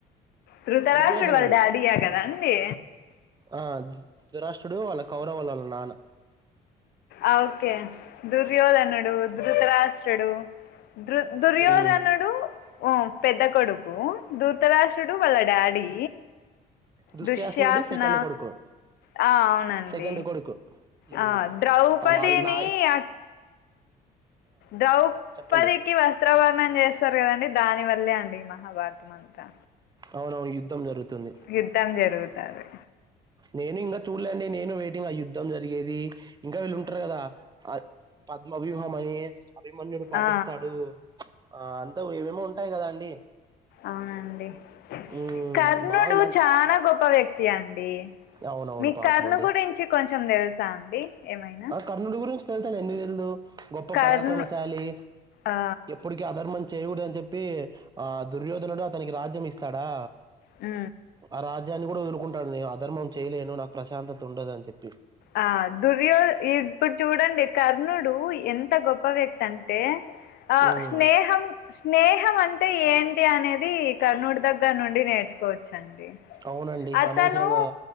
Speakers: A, on the left; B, on the right.
A: ధృతరాష్ట్రుడు
B: దుర్యోధనుడు
A: వాళ్ళ డాడీ య కాదండీ
B: ఆ దురాష్ట్రుడు వాళ్ళ కౌరవులు వాళ్ళ నాన్న
A: ఓకే దుర్యోధనుడు ధృతరాష్ట్రడు
B: ఉమ్,
A: దృ దుర్యోధనుడు
B: ఉమ్.
A: పెద్ద కొడుకు దృతరస్థుడు వాళ్ళ డాడీ
B: దుశ్యాసనడు
A: దుశ్శాసన
B: సెకండ్ కొడుకు
A: ఆ, అవునండి
B: సెకండ్ కొడుకు
A: ఆ,
B: ఉమ్
A: ద్రౌపదిని
B: అవళ నాయి
A: అక్- ద్రౌపదికి
B: చెప్పండి
A: వస్త్రవర్ణం చేస్తారు కదండి దాని వల్లే అండి ఈ మహాభారతం అంతా
B: అవును యుద్ధం జరుగుతుంది
A: యుద్ధం జరుగుతది
B: నేను ఇంకా చూడలేండి నేను వెయిటింగ్ ఆ యుద్ధం జరిగేది ఇంకా వీళ్ళు ఉంటారు కదా పద్మ వ్యూహం అని అభిమన్యుడు పాటిస్తాడు
A: ఆ
B: ఆ అంతా ఏవేమో ఉంటాయి కదా అండి
A: అవునండి
B: ఉమ్
A: కర్ణుడు
B: బాగా నాకు
A: చాలా గొప్ప వ్యక్తి అండీ
B: అవునవును
A: మీ
B: పాపం
A: కర్ణు
B: అండి
A: గురించి కొంచెం తెలుసా అండి ఏమైనా
B: కర్నుడు గురించి తెల్సండి ఎందుకు తెలీదు గొప్ప
A: కర్ణ
B: పరాక్రమశాలి
A: ఆ
B: ఎప్పుడు అధర్మం చేయయుడు అని చెప్పి ఆ దుర్యోధనుడు అతనికి రాజ్యం ఇస్తాడా
A: ఆ
B: ఆ రాజ్యాన్ని కూడా వదులుకుంటాడు నేను అధర్మం చేయలేను నాకు ప్రశాంతత ఉండదు అని చెప్పి
A: ఆ దుర్యో ఇప్పుడు చూడండి కర్ణుడు ఎంత గొప్ప వ్యక్తి అంటే ఆ
B: ఉమ్
A: స్నేహం స్నేహం అంటే ఏంటి అనేది కర్నూడు దగ్గర నుండి నేర్చుకోవచ్చండి
B: అవునండి
A: అతను
B: అనవసరంగా